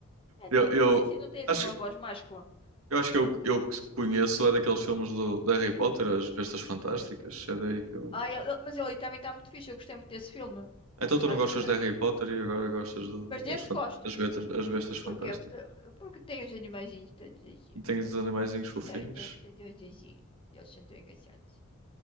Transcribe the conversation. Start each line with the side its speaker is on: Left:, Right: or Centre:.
Left: é,
Right: Eu,
Left: tem-
Right: eu
Left: não tem assim, não tem assim
Right: acho,
Left: uma voz máscula.
Right: eu acho que eu, eu que conheço é daqueles filmes do, de Harry Potter, As Bestas Fantásticas. É daí que eu.
Left: Ah, ele- ele- mas ele também está muito fixe, eu gostei muito desse filme,
Right: Então
Left: por
Right: tu
Left: acaso
Right: não gostas
Left: gostei.
Right: de Harry Potter e agora gostas do-
Left: Mas desse
Right: das fan-
Left: gosto.
Right: as bestas, as bestas fantásticas.
Left: Por quê? Eh, Porque tem os animaizinhos todos os dias.
Right: Tens
Left: Eu gosto
Right: os
Left: muito
Right: animaizinhos fofinhos.
Left: de- de- de- de- dos vizinhos. Eles são tão engraçados.